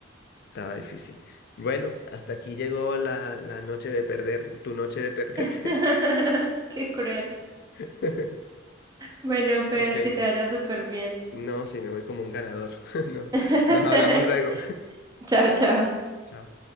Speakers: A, on the left; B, on the right.
A: estaba difícil. Bueno, hasta aquí llegó la, la noche de perder, tu noche de perder.
B: <laughs> Qué cruel.
A: <laughs>
B: Bueno, Fer,
A: Ok,
B: que te vaya súper bien.
A: no, sí, me voy como un ganador. <laughs> No,
B: <laughs>
A: nos hablamos luego.
B: Chao, chao.
A: <laughs> Chao.